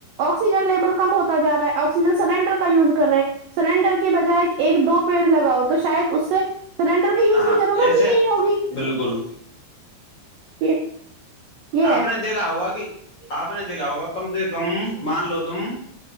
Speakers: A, on the right (about 85°); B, on the left (about 30°).
A: آکسیجن لیول کم ہوتا جا رہا ہے آکسیجن سلینڈر کا یوز کر رہے ہیں سلینڈر کے بجائے ایک دو پیڑ لگاؤ تو شاید اس سے سلینڈر کے یوز
B: ہاں
A: کی ضرورت
B: ایسے
A: ہی نہیں ہوگی
B: بالکل
A: یہ یہ ہے
B: آپ نے دیکھا ہوگا کہ آپ نے دیکھا ہوگا کم سے کم مان لو تم